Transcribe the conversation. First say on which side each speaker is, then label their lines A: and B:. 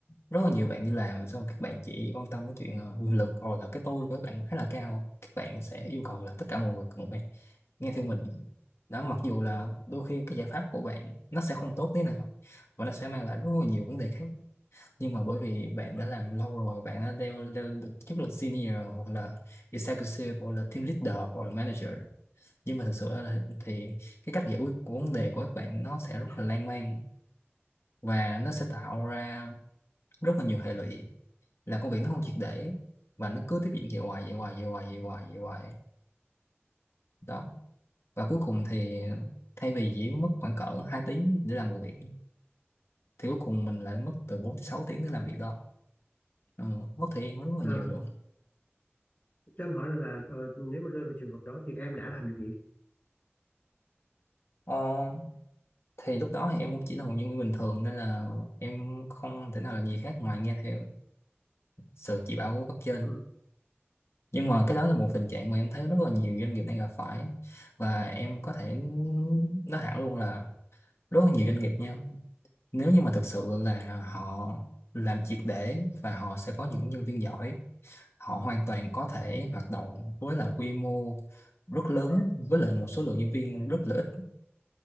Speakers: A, on the left (about 70°); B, on the left (about 40°).
A: rất là nhiều bạn đi làm xong các bạn chỉ quan tâm đến chuyện ờ, quyền lực hoặc là cái tôi của các bạn khá là cao các bạn sẽ yêu cầu là tất cả mọi người cùng phải nghe theo mình đó mặc dù là đôi khi cái giải pháp của bạn nó sẽ không tốt thế nào và nó sẽ mang lại rất là nhiều vấn đề khác nhưng mà bởi vì bạn đã làm lâu rồi bạn đã leo leo được chức là senior hoặc là executive hoặc là team leader hoặc là manager nhưng mà thực sự là thì cái cách giải quyết của vấn đề của các bạn nó sẽ rất là lan man và nó sẽ tạo ra rất là nhiều hệ lụy là công việc nó không triệt để và nó cứ tiếp diễn vậy hoài vậy hoài vậy hoài vậy hoài vậy hoài đó và cuối cùng thì thay vì chỉ mất khoảng cỡ 2 tiếng để làm một việc thì cuối cùng mình lại mất từ 4 tới 6 tiếng để làm việc đó ừ, mất thời gian rất là
B: Ờ,
A: nhiều luôn
B: cho anh hỏi là, là ờ, nếu mà rơi vào trường hợp đó thì em đã làm gì?
A: ờ, thì lúc đó thì em cũng chỉ là một nhân viên bình thường nên là em không thể nào làm gì khác ngoài nghe theo sự chỉ bảo của cấp trên
B: Ừ,
A: nhưng mà cái đó là một tình trạng mà em thấy rất là nhiều doanh nghiệp đang gặp phải và em có thể nói thẳng luôn là rất là nhiều doanh nghiệp nha nếu như mà thực sự là họ làm triệt để và họ sẽ có những nhân viên giỏi họ hoàn toàn có thể hoạt động với là quy mô rất lớn với lại một số lượng nhân viên rất là ít